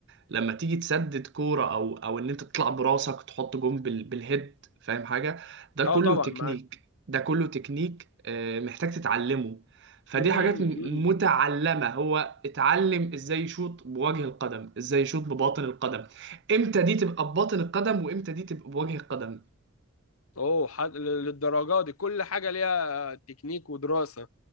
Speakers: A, on the right; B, on the left.
A: لما تيجي تسدد كوره او او ان انت تطلع براسك وتحط جون بال بالهيد فاهم حاجه ده كله
B: اه طبعا
A: تكنيك
B: معاك
A: ده كله تكنيك آه، محتاج تتعلمه فدي
B: امم
A: حاجات م-
B: امم
A: متعلمه هو اتعلم ازاي يشوط بوجه القدم ازاي يشوط بباطن القدم امتى دي تبقى بباطن القدم وامتى دي تبقى بوجه القدم
B: اوه حد... للدرجه دي كل حاجه ليها تكنيك ودراسه